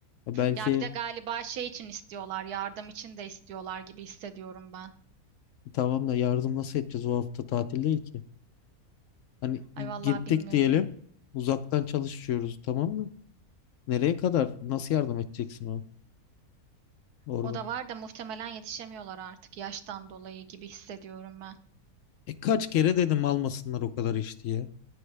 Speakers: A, on the left (about 65°); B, on the right (about 85°).
A: E, belki
B: Ya bir de galiba şey için istiyorlar. Yardım için de istiyorlar gibi hissediyorum ben.
A: tamam da yardım nasıl edeceğiz? O hafta tatil değil ki. Hani
B: Ay vallahi
A: gittik
B: bilmiyorum.
A: diyelim. Uzaktan çalışıyoruz tamam mı? Nereye kadar? Nasıl yardım edeceksin o orada?
B: O da var da muhtemelen yetişemiyorlar artık yaştan dolayı gibi hissediyorum ben.
A: E, kaç kere dedim almasınlar o kadar iş diye.